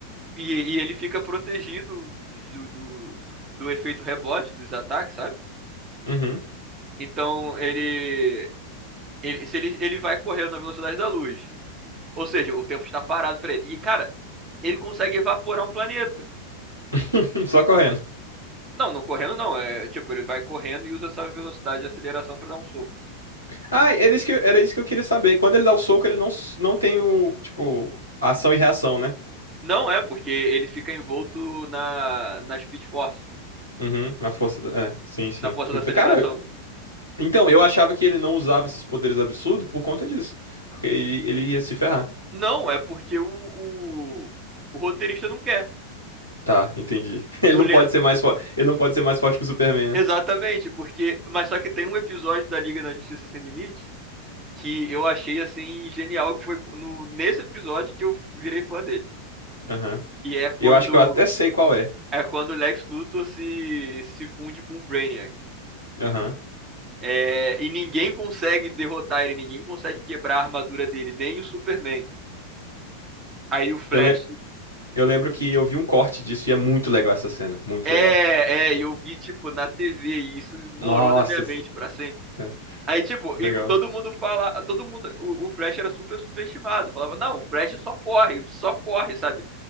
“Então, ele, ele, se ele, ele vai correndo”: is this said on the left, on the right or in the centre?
Right